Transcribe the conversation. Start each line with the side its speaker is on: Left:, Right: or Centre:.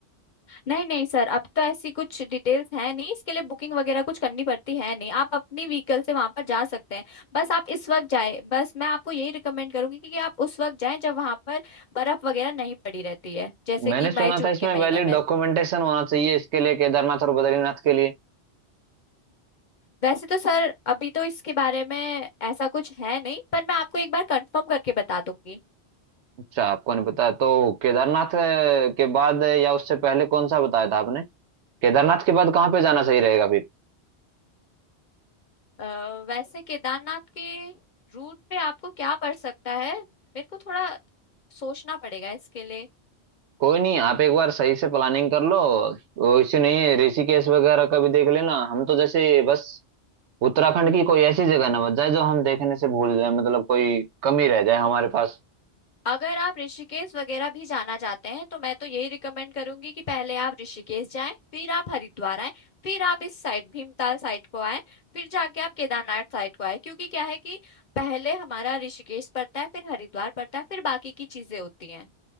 Left: नहीं नहीं सर अब तो ऐसी कुछ डिटेल्स है नहीं इसके लिए बुकिंग वगैरह कुछ करनी पड़ती है नहीं आप अपनी व्हीकल से वहां पर जा सकते हैं बस आप इस वक्त जाए बस मैं आपको यही रिकमेंड करूंगी कि कि आप उस वक्त जाएं जब वहां पर बर्फ वगैरह नहीं पड़ी रहती है जैसे
Right: मैंने
Left: कि
Right: सुना
Left: मई जून
Right: था इसमें
Left: के महीने
Right: वैलिड
Left: में
Right: डॉक्यूमेंटेशन होना चाहिए इसके लिए केदारनाथ और बद्रीनाथ के लिए
Left: वैसे तो सर अभी तो इसके बारे में ऐसा कुछ है नहीं पर मैं आपको एक बार कंफर्म करके बता दूंगी
Right: अच्छा आपको नहीं पता तो केदारनाथ अ, के बाद या उससे पहले कौन सा बताया था आपने केदारनाथ के बाद कहाँ पे जाना सही रहेगा फिर
Left: अ, वैसे केदारनाथ के रूट पे आपको क्या पड़ सकता है मेरे को थोड़ा सोचना पड़ेगा इसके लिए
Right: कोई नहीं आप एक बार सही से प्लानिंग कर लो वो इसी नहीं है ऋषिकेश वगैरह का भी देख लेना हम तो जैसे बस उत्तराखंड की कोई ऐसी जगह ना बच जाए जो हम देखने से भूल जाए मतलब कोई कमी रह जाए हमारे पास
Left: अगर आप ऋषिकेश वगैरह भी जाना चाहते हैं तो मैं तो यही रिकमेंड करूंगी कि पहले आप ऋषिकेश जाएं फिर आप हरिद्वार आएं फिर आप इस साइड भीमताल साइड को आएं फिर जाके आप केदारनाथ साइड को आएं क्योंकि क्या है कि पहले हमारा ऋषिकेश पड़ता है फिर हरिद्वार पड़ता है फिर बाकी की चीजें होती हैं